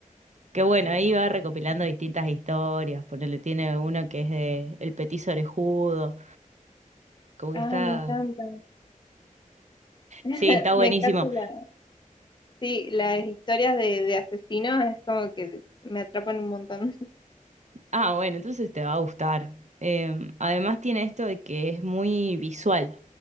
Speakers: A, on the right; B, on the left.
A: que bueno, ahí va recopilando distintas historias, ponele, tiene uno que es de El Petiso Orejudo, como que
B: Ah,
A: está,
B: me encanta. <laughs>
A: sí, está buenísimo.
B: Me encanta la, sí, las historias de, de asesinos, es como que me atrapan un montón.
A: Ah, bueno, entonces te va a gustar. Em, además tiene esto de que es muy visual,